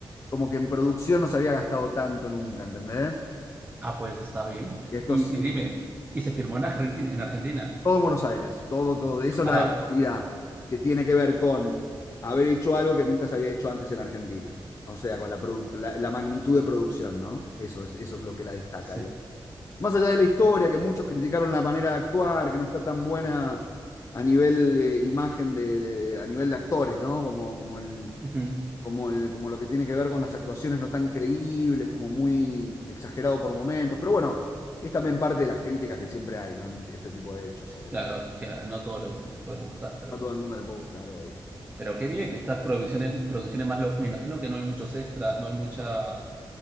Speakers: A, on the left; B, on the right.
A: como que en producción no se había gastado tanto nunca, ¿entendés?
B: Ah, pues está bien.
A: Y esto
B: Y,
A: es
B: y
A: eh,
B: dime, ¿y se firmó en Argentina? En Argentina?
A: todo en Buenos Aires, todo, todo. Eso es
B: Ah,
A: la la
B: pues
A: calidad que tiene que ver con haber hecho algo que nunca se había hecho antes en Argentina. O sea, con la, produ- la, la magnitud de producción, ¿no? Eso es, eso es lo que la destaca,
B: sí.
A: digamos. Más allá de la historia, que muchos criticaron la manera de actuar, que no está tan buena a nivel eh, imagen de, de- de- a nivel de actores, ¿no? Como, como el,
B: Ujú.
A: como el, como lo que tiene que ver con las actuaciones no tan creíbles, como muy exagerado por momentos. Pero bueno, es también parte de las críticas que siempre hay, ¿no? En este tipo de hechos hoy.
B: Claro, es que no todo le- les puede gustar, pero,
A: No a todo el mundo le puede gustar hoy.
B: pero qué bien que estas producciones, producciones más... lo- me imagino que no hay muchos extras, no hay mucha,